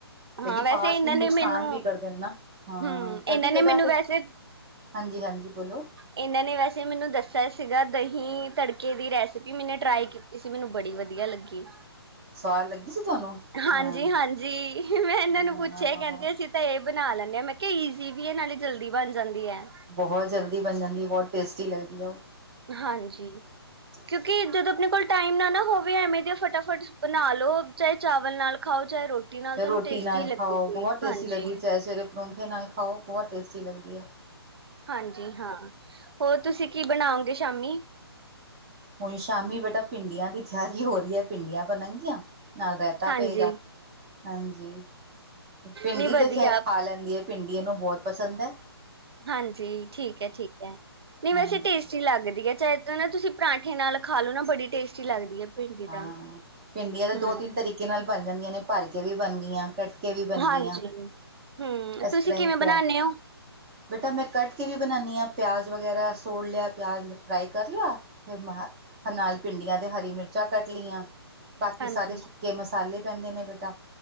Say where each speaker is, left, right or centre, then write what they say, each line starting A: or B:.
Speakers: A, on the right; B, on the right.
A: ਲੇਕਿਨ,
B: ਹਾਂ ਵੈਸੇ
A: ਫਾਸਟ
B: ਇਹਨਾਂ
A: ਫੂਡ ਨੁਕਸਾਨ
B: ਨੇ ਮੈਨੂੰ
A: ਵੀ ਕਰਦੇ ਨਾ, ਹਾਂ
B: ਹਮ ਇਹਨਾਂ
A: ਕਦੀ
B: ਨੇ
A: -ਕਦਾ
B: ਮੈਨੂੰ ਵੈਸੇ
A: ਹਾਂਜੀ -ਹਾਂਜੀ ਬੋਲੋ
B: ਇਹਨਾਂ ਨੇ, ਵੈਸੇ ਮੈਨੂੰ ਦੱਸਿਆ ਸੀਗਾ, ਦਹੀਂ ਤੜਕੇ ਦੀ ਰੈਸਿਪੀ, ਮੈਨੇ ਟਰਾਈ ਕੀਤੀ ਇਸ ਮੈਨੂੰ, ਬੜੀ ਵਧੀਆ ਲੱਗੀ
A: ਸਵਾਦ ਲੱਗੀ ਸੀ, ਤੁਹਾਨੂੰ
B: ਹਾਂਜੀ
A: ਹਾਂ
B: ਹਾਂਜੀ ਮੈਂ ਇਹਨਾਂ
A: ਹਾਂ
B: ਨੂੰ ਪੁੱਛਿਆ, ਕਹਿੰਦੇ ਅਸੀਂ ਤਾਂ ਇਹ ਬਣਾ ਲੈਂਦੇ ਹਾਂ, ਮੈਂ ਕਿਹਾ ਈਜ਼ੀ ਵੀ ਇਹ ਨਾਲੇ, ਜਲਦੀ ਬਣ ਜਾਂਦੀ ਹੈ
A: ਬਹੁਤ ਜਲਦੀ ਬਣ ਜਾਂਦੀ, ਬਹੁਤ ਟੇਸਟੀ ਲੱਗਦੀ ਆ ਉਹ
B: ਹਾਂਜੀ।
A: <unintelligible>
B: ਕਿਉਂਕਿ, ਜਦੋਂ ਆਪਣੇ ਕੋਲ ਟਾਈਮ ਨਾ ਨਾ ਹੋਵੇ, ਐਵੇਂ ਦੀਆਂ ਫਟਾਫਟ ਬਣਾ ਲਓ, ਚਾਹੇ ਚਾਵਲ ਨਾਲ ਖਾਓ ਚਾਹੇ ਰੋਟੀ ਨਾਲ
A: ਚਾਹੇ
B: ਤੁਹਾਨੂੰ
A: ਰੋਟੀ
B: ਟੇਸਟੀ
A: ਨਾਲ
B: ਲੱਗੂਗੀ
A: ਖਾਓ, ਬਹੁਤ ਟੇਸਟੀ
B: ਹਾਂਜੀ
A: ਲੱਗਦੀ ਚਾਹੇ ਸਵੇਰੇ ਪਰੌਠੇ ਨਾਲ ਖਾਓ, ਬਹੁਤ ਟੇਸਟੀ ਲੱਗਦੀ ਆ
B: ਹਾਂਜੀ ਹਾਂ, ਹੋਰ ਤੁਸੀਂ ਕੀ ਬਣਾਓਗੇ ਸ਼ਾਮੀ?
A: ਹੁਣ ਸ਼ਾਮੀ ਬੇਟਾ, ਭਿੰਡੀਆਂ ਦੀ ਤਿਆਰੀ ਹੋ ਰਹੀ ਹੈ, ਭਿੰਡੀਆਂ ਬਣਨਗੀਆਂ ਨਾਲ ਰਹਿਤਾ
B: ਹਾਂਜੀ
A: ਪਏਗਾ, ਹਾਂਜੀ ਪਿੰਡੀ
B: ਨਹੀਂ ਵਧੀਆ
A: ਤੇ ਖੈਰ ਖਾ, ਲੈਂਦੀ ਭਿਡੀ, ਏਨੂੰ ਬਹੁਤ ਪਸੰਦ ਐ
B: ਹਾਂਜੀ, ਠੀਕ ਹੈ -ਠੀਕ ਹੈ ਨਹੀਂ
A: ਹਾਂਜੀ
B: ਵੈਸੇ ਅੱਛੀ ਲੱਗਦੀ ਹੈ, ਚਾਹੇ ਨਾ ਤੁਸੀਂ ਪਰਾਂਠੇ ਨਾਲ ਖਾ ਲਓ ਨਾ ਬੜੀ, ਟੇਸਟੀ ਲੱਗਦੀ ਹੈ ਭਿੰਡੀ
A: ਹਾਂ,
B: ਤਾਂ
A: ਭਿੰਡੀਆਂ ਤੇ
B: ਹਮ
A: ਦੋ- ਤਿੰਨ ਤਰੀਕੇ ਨਾਲ ਬਣ ਜਾਂਦੀਆਂ ਨੇ, ਭਰ ਕੇ ਵੀ ਬਣ ਗਈਆਂ ਕੱਟ ਵੀ ਬਣ
B: ਹਾਂਜੀ
A: ਗਈਆਂ,
B: ਹਮ
A: ਇਸ
B: ਤੁਸੀਂ
A: ਤਰ੍ਹਾਂ
B: ਕਿਵੇਂ
A: ਹੀ
B: ਬਣਾਉਦੇ
A: ਪਿਆ
B: ਹੋ
A: ਬੇਟਾ ਮੈਂ, ਕੱਟ ਕੇ ਵੀ ਬਣਾਉਂਦੀ ਹਾਂ, ਪਿਆਜ਼ ਵਗੈਰਾ ਸੋੜ ਲਿਆ, ਪਿਆਜ਼ ਫਰਾਈ ਕਰ ਲਿਆ ਫਿਰ ਮੈ, ਨਾਲ ਭਿੰਡੀਆਂ ਤੇ ਹਰੀ ਮਿਰਚ ਉੱਚਾ ਕੱਟ ਲਈਆਂ, ਬਾਕੀ
B: ਹਾਂਜੀ
A: ਸਾਰੇ ਸੁੱਕਕੇ ਮਸਾਲੇ ਪੈਂਦੇ ਨੇ ਬੇਟਾ